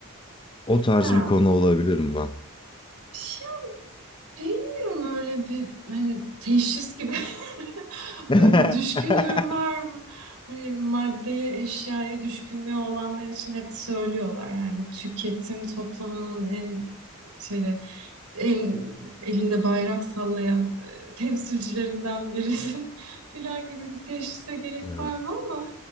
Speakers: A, on the left (about 20°); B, on the right (about 85°).
A: O tarz
B: ha,
A: bir konu olabilir mi?
B: bir şey Bilmiyorum öyle bir hani teşhis gibi <laughs>
A: <laughs>
B: öyle bir düşkünlüğüm var mı? Hani maddeye, eşyaya düşkünlüğü olanlar için hep söylüyorlar yani tüketim toplumunun en şeyle el- elinde bayrak sallayan e, temsilcilerinden birisin <laughs> filan gibi bir teşhise gerek
A: Evet.
B: var mı ama